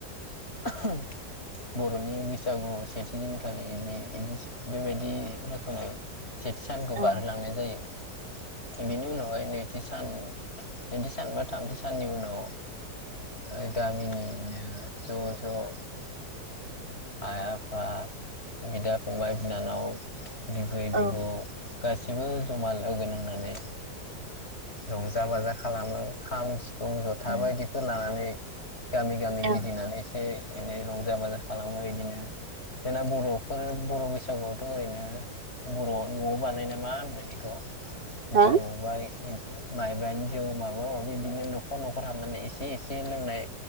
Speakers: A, on the left; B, on the right.
A: <unintelligible> बर'नि बैसागु सेथि दिनखालि इदि इदि बेबायदि होखोमायो। सेथि सानखौ
B: औ
A: बारहोलांनाय जायो। बिनि उनावहाय नै थि सान नैथि सान बा थामथि साननि उनाव ओ गामिनिनो ज' ज' <inaudible> आइ आफा, बिदा फंबाय बिनानाव बिबै
B: औ
A: बिबौ
B: औ
A: गासिबो जमा लोगो नांनानै रंजा बाजा खालामो, खाम सि फुं जथा
B: औ
A: बायदिफो लानानै गामि गामि
B: औ
A: गिदिंनानै एसे दिनो रंजा बाजा खालामो इदिनो जोंना बर'फोर बर' बैसागुआवथ' ओरैनो बर' न'आव बानायना मा होनगोन एखौ?
B: हा
A: जौ बा इ माइब्रानि जौ माबा माबि इदिनो न'खर न'खर हाबनानै एसे एसे लोंनाय